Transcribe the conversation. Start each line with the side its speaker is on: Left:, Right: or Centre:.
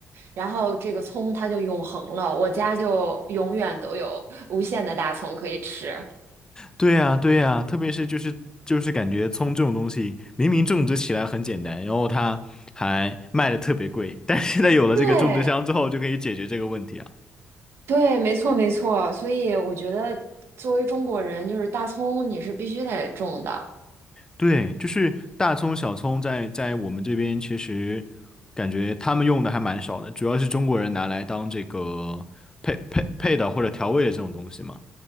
Right: 然后这个葱它就永恒了，我家就永远都有无限的大葱可以吃。
Left: 对呀对呀，特别是就是就是感觉葱这种东西，明明种植起来很简单，然后它还卖的特别贵，但是现在有了这个种植箱之后，
Right: 对
Left: 就可以解决这个问题啊。
Right: 对，没错没错。所以我觉得，作为中国人，就是大葱你是必须得种的。
Left: 对，就是大葱、小葱在在我们这边，其实感觉他们用的还蛮少的，主要是中国人拿来当这个配配配的或者调味的这种东西嘛。